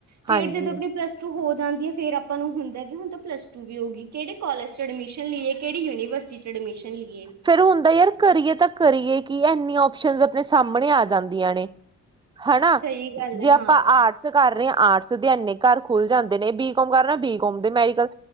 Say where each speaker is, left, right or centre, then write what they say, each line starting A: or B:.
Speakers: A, on the right (about 65°); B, on the right (about 15°).
A: ਫੇਰ
B: ਹਾਂਜੀ
A: ਜਦੋਂ ਆਪਣੀ ਪਲੱਸ ਟੂ ਹੋ ਜਾਂਦੀ ਏ, ਫੇਰ ਆਪਾਂ ਨੂੰ ਹੁੰਦਾ ਵੀ ਹੁਣ ਤਾਂ ਪਲੱਸ ਟੂ ਵੀ ਹੋ ਗੀ, ਕਿਹੜੇ ਕੋਲਜ ਚ ਐਡਮਿਸ਼ਨ ਲਈਏ, ਕਿਹੜੀ ਯੂਨੀਵਰਸਿਟੀ ਚ ਐਡਮਿਸ਼ਨ ਲਈਏ।
B: ਫੇਰ ਹੁੰਦਾ ਯਾਰ ਕਰੀਏ ਤਾਂ ਕਰੀਏ, ਕਿ ਐਨੀਆਂ ਔਪਸ਼ਨਜ਼ ਆਪਣੇ ਸਾਹਮਣੇ ਆ ਜਾਂਦੀਆਂ ਨੇ। ਹਨਾ,
A: ਸਹੀ ਗੱਲ
B: ਜੇ
A: ਹੈ
B: ਆਪਾਂ
A: ਹਾਂ
B: ਆਰਟਸ ਕਰ ਰਹੇ ਆਂ ਆਰਟਸ ਤੇ ਐਨੇ ਘਰ ਖੁੱਲ ਜਾਂਦੇ ਨੇ, ਬੀਕੋਮ ਕਰ ਰਹੇ ਨਾ ਬੀਕ ਘੁੰਮਦੇ ਮੈਡੀਕਲਸ,